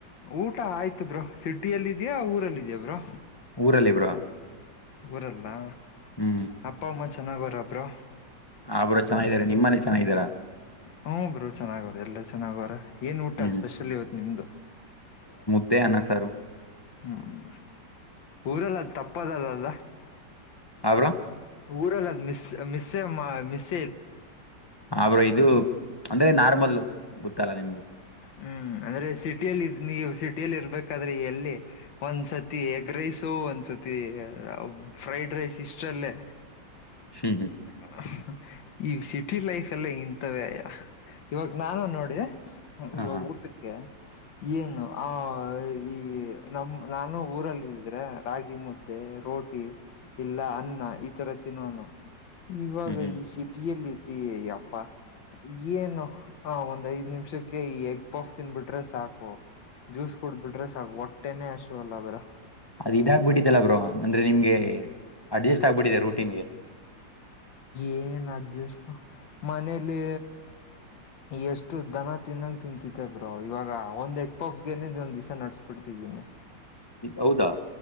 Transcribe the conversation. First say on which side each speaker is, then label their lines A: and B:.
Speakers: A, on the left; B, on the left.
A: ಊ ಊಟ ಆಯ್ತು ಬ್ರೋ ಸಿಟಿಯಲ್ಲಿ ಇದೀ ಯಾ ಊರಲ್ಲಿ ಇದೇ ಬ್ರೋ
B: ಊರಲ್ಲಿ ಬ್ರೋ
A: ಊರಲ್ಲಾ
B: ಹ್ಮ್
A: ಅಪ್ಪ ಅಮ್ಮ ಏನಾಗರು ಬ್ರೋ
B: ಅಬ್ರು ಚೆನ್ನಾಗಾದಾರೆ ನಿಮ್ಮಲ್ಲಿ ಚೆನ್ನಾಗಿದ್ದಾರಾ
A: ಹ ಬ್ರೋ ಚೆನ್ನಾಗೋರ ಎಲ್ರ ಚೆನ್ನಾಗರ ಏನು ಊಟ
B: ಹ್ಮ್
A: ಸ್ಪೆಷಲಿ ಇವತ್ತು ನಿಮ್ದು
B: ಅದೇ ಅನ್ನ ಸಾರು
A: ಹ್ಮ್ ಊರೆಲ್ಲ ತಪ್ಪದಲ್ಲ ಅಲ್ಲ
B: ಆ ಬ್ರೋ
A: ಊರಲ್ಲದ ಮಿಸ್ ಮಿಸೆ ಮಾ ಮಿಸ್
B: ಆ ಬ್ರೋ ಇದು ಅಂದ್ರೆ ನಾರ್ಮಲ್ಲು. ಗೊತ್ತಲ್ಲ ನಿಮ್ಗು
A: ಹ್ಮ್ ಅಂದ್ರೆ ಸಿಟಿಯಲ್ಲಿ ನೀವು ಸಿಟಿಯಲ್ಲಿ ಇರ್ಬೇಕಾದ್ರೆ ಎಲ್ಲಿ ಒಂದ್ಸತಿ ಎಗ್ ರೈಸು ಒಂದ್ಸತಿ ಫ್ರೈಡ್ ರೈಸ್ ಇಷ್ಟ್ರಲ್ಲೇ
B: ಹ್ಮ್ ಹ್ಮ್
A: ಅಹ್ ಈ ಸಿಟಿ ಲೈಫ್ ಎಲ್ಲ ಇಂತವೆ ಇವಾಗ ನಾನು ನೋಡಿ. ಹ
B: ಹಾ
A: ಇವಾಗ
B: ಹಾ
A: ಊಟಕ್ಕೆ ಏನು ಆ ಈ ನಮ್ಮ್ ನಾನು ಊರಲ್ಲ ಇದಿದ್ರೆ ರಾಗಿ ಮುದ್ದೆ ರೋಟಿ ಇಲ್ಲ ಅನ್ನ ಈ ತರ ತಿನ್ನೋನು. ಇವಾಗ
B: ಹ್ಮ್ ಹ್ಮ್
A: ಈ ಸಿಟಿಯಲ್ಲಿ ದೀಯಪ್ಪ ಏನು ಆ ಒಂದ್ ಐದ್ ನಿಮಿಷಕ್ ಈ ಎಗ್ ಪಫ್ ತಿನ್ಬಿಟ್ರೆ ಸಾಕು ಜ್ಯೂಸ್ ಕೊಡ್ಬಿಟ್ರೆ ಸಾಕು ಒಟ್ಟೆನೆ ಹಶುವಲ್ಲ ಗುರು.
B: ಅದ ಇದಾಗ ಬಿಟ್ಟಿತಲ್ಲ ಬ್ರೋ ಅಂದ್ರೆ ನಿಮ್ಗೆ ಅಡ್ಜಸ್ಟ್ ಆಗ್ಬಿಟ್ಟಿದೆ ರುಟೀನ್ಗೆ
A: ಏನ್ ಅಡ್ಜಸ್ಟ್ ಮನೇಲಿ ಎಷ್ಟು ದನ ತಿನ್ನಂಗ ತಿಂತಿದ್ದೆ ಬ್ರೋ ಇವಾಗ ಒಂದ್ ಎಗ್ ಪಫ್ಗೆನೆ ಒಂದ್ ದಿವ್ ನಡ್ಸ್ ಬಿಡ್ತಿದ್ದೀನಿ.
B: ಹೌದಾ